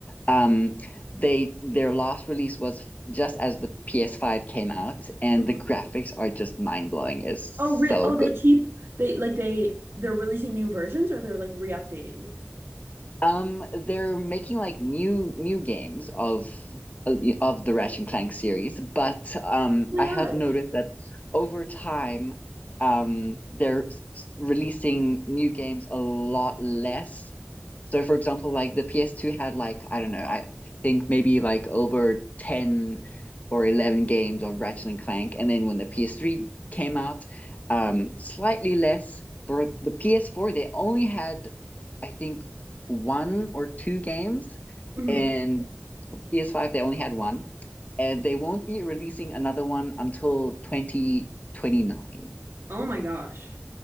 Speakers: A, on the left; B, on the right.
A: um they their last release was just as the PS5 came out, and
B: Mhm.
A: the graphics are just mind-blowing. It's
B: Oh, real
A: so
B: oh,
A: good.
B: they keep they like they they're releasing new versions or they're like re-updating it.
A: Um, they're making like new new games of of the Ratchet and Clank series, but um
B: Oh my
A: I
B: gosh.
A: have noticed that over time um they're s- releasing new games a lot less So for example, like the PS2 had like, I don't know, I, I think maybe like over 10 or 11 games of Ratchet and Clank. And then when the PS3 came out, um, slightly less. For the PS4, they only had, I think, one or two games.
B: Mm-hmm.
A: And PS5, they only had one. And they won't be releasing another one until 2029.
B: Oh my gosh.